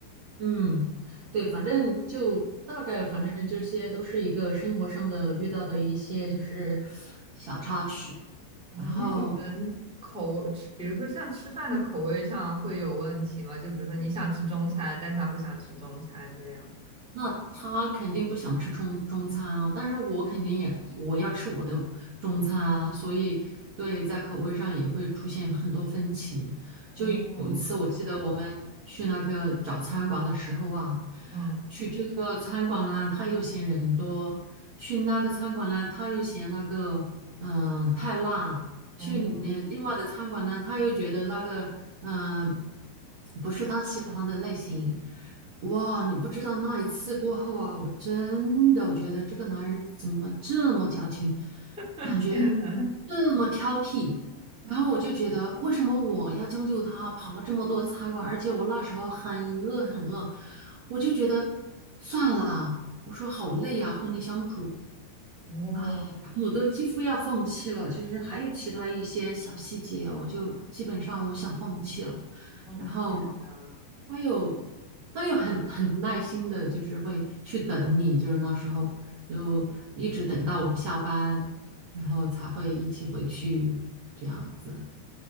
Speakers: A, on the right; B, in the centre.
A: 嗯，对，反正就大概，反正这些都是一个生活上的遇到的一些就是小插曲，
B: 哦，
A: 然后。
B: 那你们口吃，比如说像吃饭的口味上会有问题吗？就比如说你想吃中餐，但他不想吃中餐这样。
A: 那他肯定不想吃中中餐啊，但是我肯定也我要吃我的中餐啊，所以对，在口味上也会出现很多分歧。就有一次，
B: 哦，
A: 我记得我们去那个找餐馆的时候啊，
B: 嗯，
A: 去这个餐馆呢，他又嫌人多；去那个餐馆呢，他又嫌那个嗯、呃太辣；
B: 哦，
A: 去另另外的餐馆呢，他又觉得那个嗯、呃不是他喜欢的类型。哇，你不知道那一次过后啊，我真的觉得这个男人怎么这么矫情，
B: <laughs>
A: 感觉
B: 天呐，
A: 这么挑剔。然后我就觉得，为什么我要将就他？跑了这么多餐馆，而且我那时候很饿很饿，我就觉得算了。我说好累啊，和你相处。
B: 哦，
A: 啊，然后我都几乎要放弃了，就是还有其他一些小细节，我就基本上我想放弃了。
B: 哦，
A: 然后
B: 天呐。
A: 他又他又很很耐心的，就是会去等你，就是那时候就一直等到我下班，然后才会一起回去这样子。